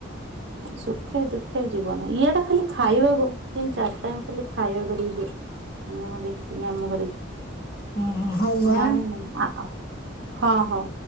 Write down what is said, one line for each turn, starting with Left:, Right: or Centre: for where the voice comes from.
Right: ସୁଖେ ଦୁଃଖେ ଜୀବନ ଇଆଡ଼େ ଖାଲି ଖାଇବାକୁ ତିନି ଚାରି ଟାଇମ ଖାଲି ଖାଇବା ତା କରିକି ଦେ ମୁଁ ଦେଖିଲି ଆମ
Left: ହଁ ହଉ ଆ
Right: ଆଡ଼େ ନାହିଁ ଆ-ଆ ହଁ ହଁ।